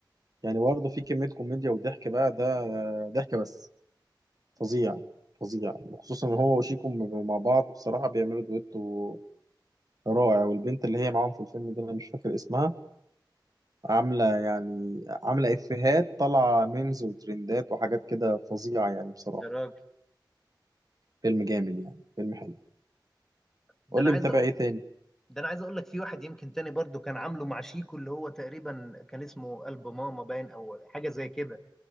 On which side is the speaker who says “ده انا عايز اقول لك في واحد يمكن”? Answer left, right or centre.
Centre